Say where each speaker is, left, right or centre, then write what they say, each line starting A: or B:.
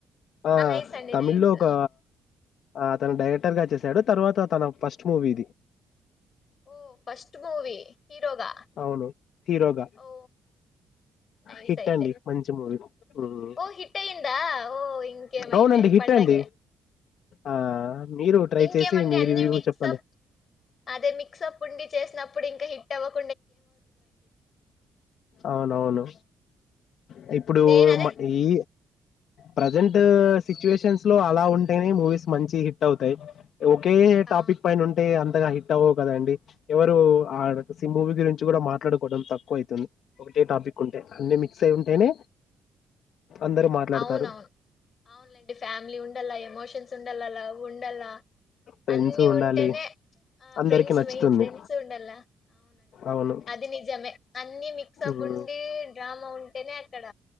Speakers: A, on the left; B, on the left.
A: ఆ
B: నైస్ అండి
A: తమిళ్
B: నైస్
A: లో ఒక ఆ తను డైరెక్టర్ గా చేశాడు తర్వాత తన ఫస్ట్ మూవీ ఇది
B: ఓ ఫస్ట్ మూవి హీరోగా
A: అవును హీరోగా
B: ఓ నైస్
A: హిట్
B: అయితే
A: అండి మంచి మూవీ హ్మ్.
B: ఓ హిట్ అయందా ఓ ఇంకేమైతే
A: అవునండి. హిట్
B: పండగ
A: అండి. ఆ! మీరు ట్రై
B: ఇంకేమండి
A: చేసి మీ
B: అన్ని
A: రివ్యూ
B: మిక్సప్
A: చెప్పండి.
B: అదే మిక్సప్ ఉండి చేసినప్పుడు ఇంకా హిట్ అవ్వక
A: అవును అవును అ ఇప్పుడు
B: నేను అదే
A: మ ఈ ప్రజెంట్ సిచ్యుయేషన్స్ లో అలా ఉంటేనే మూవీస్ మంచి హిట్ అవుతాయి ఒకే
B: ఆ
A: టాపిక్ పైన ఉంటే అ హిట్ అవవు కదండి ఎవరు సింభూవి గురించి కూడా మాట్లాడుకోవడం తక్కువ అవుతుంది ఒకటే టాపిక్ ఉంటే అన్ని మిక్స్ అయి ఉంటేనే అందరూ మాట్లాడతారు
B: అవున అవును అవునండి ఫ్యామిలీ ఉండాల ఎమోషన్స్ ఉండాల లవ్ ఉండాల
A: ఫ్రెండ్స్
B: అన్ని
A: ఉండాలి
B: ఉంటేనే ఆ
A: అందరికి
B: ఫ్రెండ్స్
A: నచ్చుతుంది
B: మెన్ ఫ్రెండ్స్ ఉండాల అవునండి
A: అవును
B: అది నిజమే అన్ని మిక్స్ అప్
A: మ్
B: ఉండి డ్రామా ఉంటేనే అక్కడ